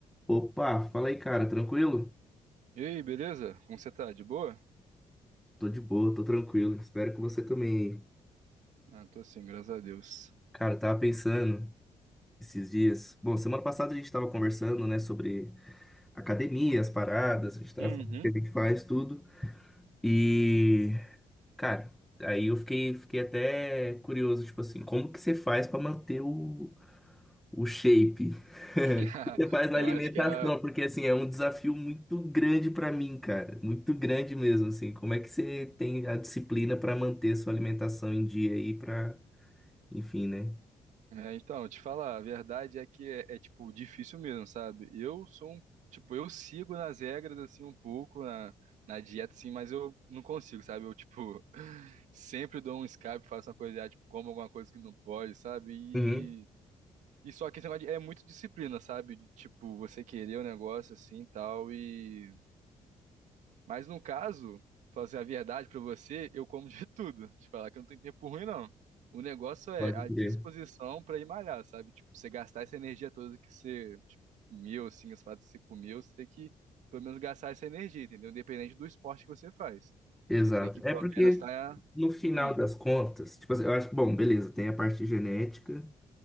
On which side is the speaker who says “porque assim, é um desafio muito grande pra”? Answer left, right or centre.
Centre